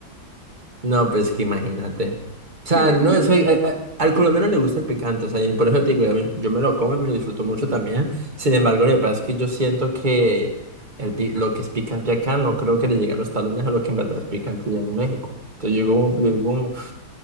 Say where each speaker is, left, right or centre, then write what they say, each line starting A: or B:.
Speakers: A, on the right; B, on the right.
A: No, pues que imagínate. O sea,
B: Y me
A: no,
B: dice,
A: es
B: "No,
A: que
B: bueno,
A: a- a- al colombiano le gusta el picante, o sea, y por eso te digo, a mí- yo me lo como y me lo disfruto mucho también. Sin embargo, lo que pasa es que yo siento que el, pi- lo que es picante acá no creo que le llegue a los talones a lo que en verdad es picante ya en México. Entonces yo como, yo como-